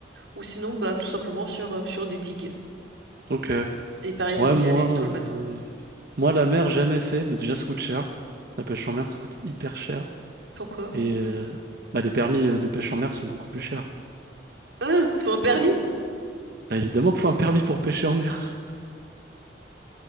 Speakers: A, on the right; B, on the right.
A: Ou sinon, bah, tout simplement sur, euh, sur des digues.
B: Ok.
A: Et pareil,
B: Ouais,
A: on
B: moi,
A: y allait tôt le
B: euh,
A: matin.
B: moi la mer, jamais fait. Mais déjà, ça coûte cher. La pêche en mer, ça coûte hyper cher.
A: Pourquoi?
B: Et euh, bah, les permis euh, de pêche en mer sont beaucoup plus chers.
A: Euh, faut un permis?
B: Bah, évidemment qu'il faut un permis pour pêcher en mer. <laughs>